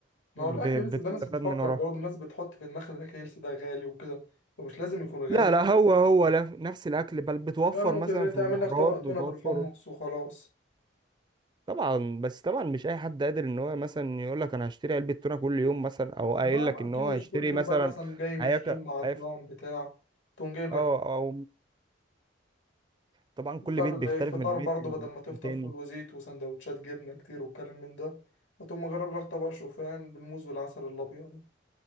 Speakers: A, on the left; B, on the right.
A: ما
B: ب-
A: هو الأكل هيلث
B: بتستفاد
A: ده الناس بتفكر
B: من وراها
A: برضه الناس بتحط في دماغها إن الأكل هيلث ده غالي وكده ومش لازم يكون غالي
B: لا لا هو هو لا- نفس الاكل بل بتوفر
A: يعني ممكن
B: مثلا في
A: تعمل
B: البهارات
A: لك طبق
B: بتوفر
A: تونة بالحمص وخلاص
B: طبعا بس طبعا مش اي حد قادر ان هو مثلا يقول لك انا هشتري علبه تونه كل يوم مثلا او
A: لا
B: قايل
A: ما
B: لك ان
A: أكيد
B: هو
A: مش
B: هيشتري
A: كل يوم
B: مثلا
A: بقى مثلا جاي من
B: هياكل
A: الجيم عطلان
B: هيف-
A: بتاع تقوم جايب
B: اه
A: لك
B: او طبعا كل
A: تفطر
B: بيت بيختلف
A: الفطار
B: من البيت
A: برضه بدل ما تفطر
B: التاني
A: فول وزيت وسندوتشات جبنة كتير والكلام من ده هتقوم مجرب لك طبق شوفان بالموز والعسل الأبيض